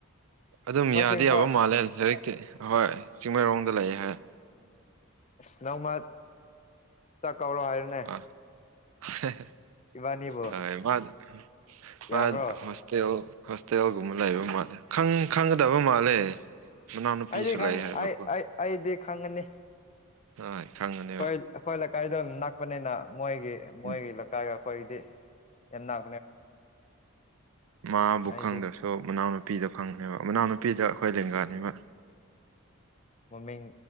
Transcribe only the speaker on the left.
ꯃꯥꯁꯨ
ꯏꯝꯐꯥꯜ
ꯑꯁ ꯅꯣꯡꯃ ꯆꯥꯛ ꯀꯧꯔꯣ ꯍꯥꯏꯔꯦꯅꯦ
ꯏꯕꯥꯅꯤꯕꯨ
ꯌꯥꯕ꯭ꯔꯣ
ꯑꯩꯗꯤ ꯈꯪ
ꯑꯩ ꯑꯩ ꯑꯩꯗꯤ ꯈꯪꯉꯅꯤ
ꯑꯩꯈꯣꯏ ꯑꯩꯈꯣꯏ ꯂꯩꯀꯥꯏꯗꯣ ꯅꯛꯄꯅꯤꯅ ꯃꯣꯏꯒꯤ ꯃꯣꯏꯒꯤ
ꯂꯩꯀꯥꯏꯒ ꯑꯩꯈꯣꯏꯒꯤꯗꯤ ꯌꯥꯝꯅ
ꯑꯩꯗꯤ
ꯃꯃꯤꯡ